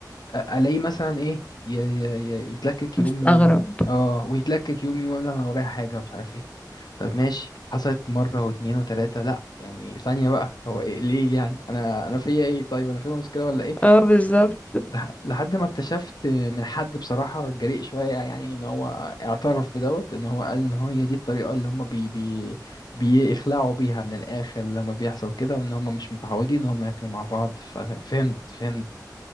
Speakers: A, on the left; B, on the left.
A: أ- الاقيه مثلا ايه ي- ي- ي- يتلكك
B: مستغرب
A: يقوم اه ويتلكك يقوم يقول انا ورايا حاجة مش عارف ايه طيب ماشي حصلت مرة واتنين وتلاتة لأ يعني ثانية بقى هو إيه ليه يعني أنا أنا فيا إيه طيب أنا فيا مشكلة ولا إيه
B: اه بالظبط
A: لح- لحد ما اكتشفت من حد بصراحة جريء شوية يعني ان هو اعترف بدوت ان هو قال ان هو هي دي الطريقة اللي هم بي بي بيخلعوا بيها من الاخر لما بيحصل كده وان هم مش متعودين ان هم ياكلوا مع بعض ففهمت فهمت